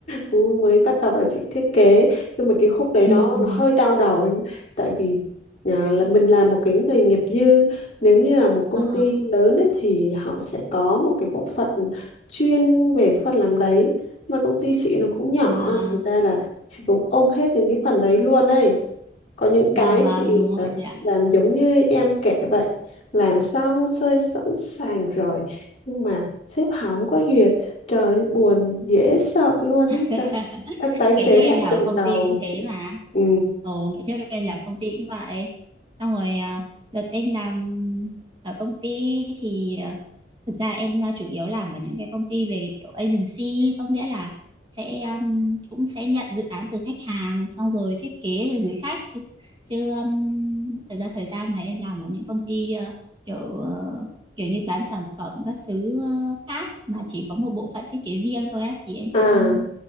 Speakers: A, on the left; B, on the right.
A: cú mới bắt đầu là chị thiết kế nhưng mà cái khúc đấy
B: ừ
A: nó nó hơi đau đầu em tại vì à, là mình là một cái người nghiệp dư nếu như là một công
B: ờ
A: ty lớn ấy, thì họ sẽ có một cái bộ phận chuyên về phần làm đấy mà công ty chị nó cũng nhỏ
B: và
A: thành ra là chị cũng ôm hết những cái phần đấy luôn ấy có những
B: và
A: cái
B: và
A: chị
B: đúng rồi
A: ờ,
B: chị ạ
A: chị làm giống như em kể vậy làm xong xuôi sẵn sàng rồi nhưng mà sếp hỏng có duyệt trời ơi, buồn dễ sợ luôn
B: <laughs>
A: ấy trời Đã tái chế
B: ngày trước em
A: lại
B: làm
A: từ
B: ở công
A: đầu
B: ty cũng thế mà
A: ừ.
B: ồ ngày trước em làm công ty cũng vậy xong rồi à, đợt em làm ở công ty thì à, thực ra em à, chủ yếu làm ở những cái công ty về kiểu agency có nghĩa là sẽ um, cũng sẽ nhận dự án từ khách hàng xong rồi thiết kế rồi gửi khách chứ chứ um, thực ra thời gian mà em làm ở những công ty ờ, kiểu ờ, kiểu như bán sản phẩm các thứ ờ, khác mà chỉ có một bộ phận thiết kế riêng thôi á thì em cũng
A: à
B: không